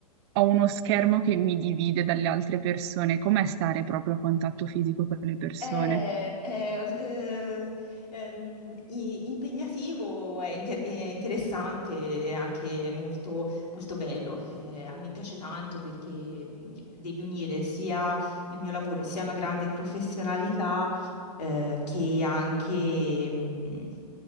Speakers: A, on the right; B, on the left.
A: ho uno schermo che mi divide dalle altre persone, com'è stare proprio a contatto fisico con le persone?
B: è, è, eh, ehm, i- impegnativo, è, inter- è interessante, è anche molto, molto bello. Eh, a me piace tanto perché mh, devi unire sia nel mio lavoro sia una grande professionalità eh, che anche... mh,